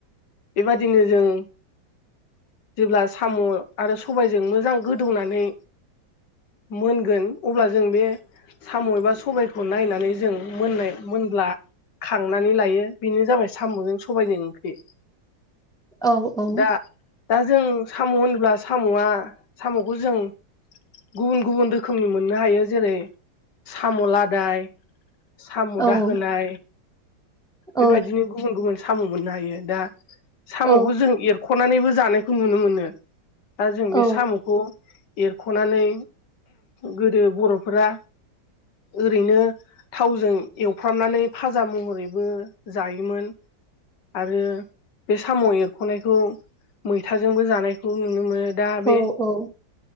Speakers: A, on the left; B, in the centre.
A: बेबादिनो जों जेब्ला साम' आरो सबायजों मोजां गोदौनानै मोनगोन अब्ला जों बे साम' एबा सबायखौ नायनानै जों मोननाय मोनब्ला खांनानै लायो बेनो जाबाय साम'जों सबायजों ओंख्रि।
B: औ औ।
A: दा दा जों साम' होनोब्ला साम'आ साम'खौ जों गुबुन गुबुन रोखोमनि मोननो हायो जेरै साम' लादाय, साम'
B: औ
A: दाहोनाय,
B: औ
A: बेबायदिनो गुबुन गुबुन साम' मोननो हायो दा साम'खौ
B: औ
A: जों एर ख'नानैबो जानायखौ नुनो मोनो। दा जों
B: औ
A: बे साम'खौ एर ख'नानै गोदो बर'फोरा ओरैनो थावजों एवफ्रामनानै फाजा महरैबो जायोमोन। आरो बे साम' एरख'नायखौ मैथाजोंबो जानायखौ नुनो मोनो। दा
B: औ
A: बे
B: औ